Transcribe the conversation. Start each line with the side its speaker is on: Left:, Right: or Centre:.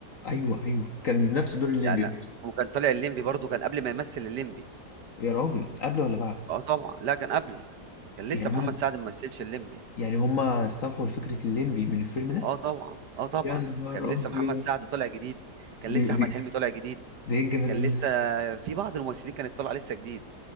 Left: ايوه ايوه كان نفس دور الليمبي
Right: يعني
Left: برضه
Right: وكان طالع الليمبي برضه كان قبل ما يمثل الليمبي،
Left: يا راجل قبل ولا بعد
Right: آه طبعًا، لأ كان قبل، كان لسه
Left: يعني
Right: محمد
Left: هم
Right: سعد ما مثلش الليمبي،
Left: يعني هم استوحوا لفكرة الليمبي من الفيلم ده
Right: آه طبعًا، آه طبعًا،
Left: يا نهار
Right: كان لسه
Left: ابيض
Right: محمد سعد طالع جديد، كان
Left: دي
Right: لسه أحمد
Left: دي
Right: حلمي طالع جديد،
Left: ده ايه الجمدان
Right: كان لسه
Left: ده
Right: في بعض الممثلين كانت طالعة لسه جديد،